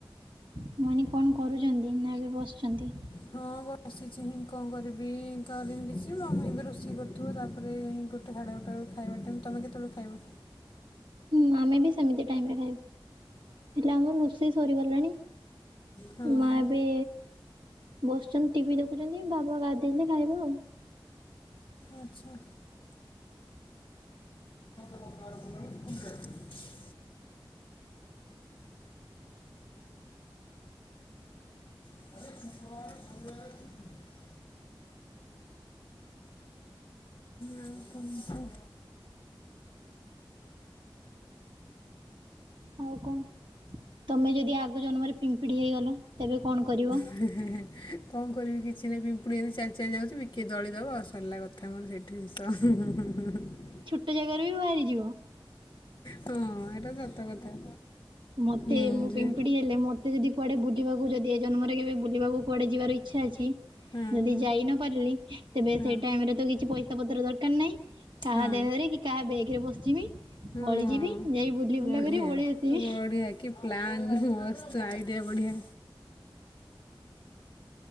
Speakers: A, on the right (about 65°); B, on the left (about 50°).
A: ମୁଁ କହିନି କଣ କରୁଛନ୍ତି ନା ଏବେ ବସିଛନ୍ତି?
B: ହଁ ବସିଛି ହିଁ କଣ କରିବି କରିନି କିଛି ମମି ଏବେ ରୋଷେଇ କରୁଥିବ ତାପରେ ଗୋଟେ ସାଢ଼େ ଗୋଟେ ବେଳୁ କୁ ଖାଇବା ଟାଇମ ତମେ କେତେବେଳେ ଖାଇବ?
A: ହୁଁ, ଆମେ ବି ସେମିତି ଟାଇମ୍ ରେ ଖାଇବୁ। ହେଲେ ଆମର ରୋଷେଇ ସରିଗଲାଣି।
B: ହଁ
A: ମା ଏବେ ବସିଛନ୍ତି ଟିଭିି ଦେଖୁଛନ୍ତି। ବାବା ଗାଧେଇଲେ ଖାଇବା ଆଉ।
B: ଆଚ୍ଛା। <inaudible> <inaudible> ଆଉ କ'ଣ କୁହ?
A: ଆଉ କଣ? ତୁମେ ଯଦି ଆଗ ଜନ୍ମରେ ପିମ୍ପିଡ଼ି ହେଇଗଲ ତେବେ କଣ କରିବ?
B: ହେଁ, ହେଁ, ହେଁ କଣ କରିବି କିଛି ନାହିଁ, ପିମ୍ପୁଡ଼ି ଏମତି ଚାଲି ଚାଲି ଯାଉଥିବି କିଏ ଦଳିଦବ ସରଲା କ କଥା ମୋର ସେଠି ଶେଷ ହୁଁ, ହୁଁ, ହୁଁ, ହୁଁ, ହୁଁ।
A: ସେ ଜାଗାରୁ ବି ବାହାରିଯିବ।
B: ହଁ, ହଁ ଏଟା ସତ କଥା।
A: ମୋତେ
B: ହୁଁ
A: ମୁଁ
B: ଯେ
A: ପିମ୍ପିଡି ଏ ହେଲେ ମୋତେ ଯଦି କୁଆଡେ ବୁଲିବାକୁ ଯଦି ଏ ଜନ୍ମରେ କେବେ ବୁଲିବାକୁ କୁଆଡେ ଯିବାର ଇଚ୍ଛା ଅଛି।
B: ହଁ
A: ଯଦି
B: ହଁ
A: ଯାଇ ନ ପାରିଲି ତେବେ
B: ହଁ
A: ସେଇ ଟାଇମ୍ ରେ ତ କିଛି ପଇସା ପତ୍ର ଦରକାର ନାହିଁ। କାହା
B: ହଁ
A: ଦେହରେ କି କାହା ବେଗ ରେ ବସିଯିମି,
B: ହଁ
A: ପଳେଇଯିବି ଯାଇ ବୁଲି
B: ବଢ଼ିଆ
A: ବୁଲା କରି ପଳେଇ ଆସିବି।
B: ବଢ଼ିଆ କି ପ୍ଲାନ୍ ମସ୍ତ ଆଇଡ଼ିଆ ବଢ଼ିଆ।